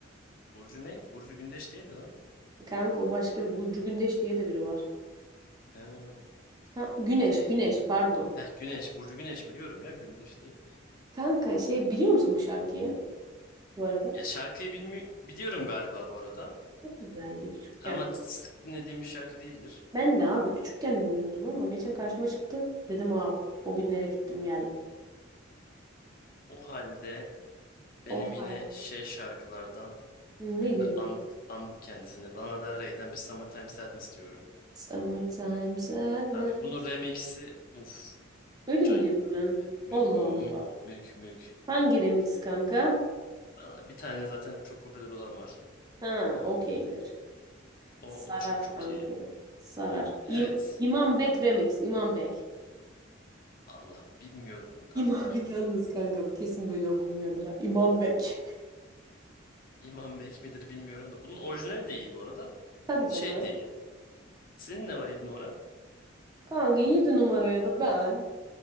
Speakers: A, on the left; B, on the right.
A: Burcu ne? Burcu Gündeş değildi lan.
B: Kanka o başka bir Burcu Gündeş diye de biri var.
A: He,
B: Ka- Güneş,
A: okey.
B: Güneş pardon.
A: Heh, Güneş. Burcu Güneş biliyorum ya. Gündeş değil.
B: Kanka şey biliyor musun bu şarkıyı bu arada?
A: Ya şarkıyı bilmi biliyorum galiba bu arada.
B: Çok güzeldi küçükken.
A: Ama sık dinlediğim bir şarkı değildir.
B: Ben de abi küçükken dinliyordum ama geçen karşıma çıktı. Dedim wow o günlere gittim geldim.
A: O halde
B: O
A: Benim yine
B: hal.
A: şey şarkılardan
B: Nedir
A: bugün de and,
B: bak?
A: andık kendisini. Lana Del Rey'den bir Summertime Sadness diyorum.
B: Summertime sadness.
A: Tabii bunun remix'i uf
B: Öyle
A: can
B: mi
A: yakar
B: diyorsun?
A: abi. Mü,
B: Allah
A: mü,
B: Allah.
A: mü- mük mük.
B: Hangi remix kanka?
A: Valla bir tane zaten çok popüler olan var.
B: Ha okeydir.
A: O,
B: Sarar
A: o çok çok
B: kanki.
A: iyi.
B: Sarar.
A: Evet.
B: İm İmam Bek remix. İmam Bek.
A: Valla bilmiyorum kankacım
B: İmam <laughs> yalnız
A: ya.
B: kanka bu kesin böyle okunmuyordur ha. İmam Bek.
A: İmam Bek midir bilmiyorum da. Bunun orijinali de iyi bu arada.
B: <laughs> Tabii canım.
A: Şey de iyi. Senin ne var yedi numara?
B: Kanka 7 numaraya da ben.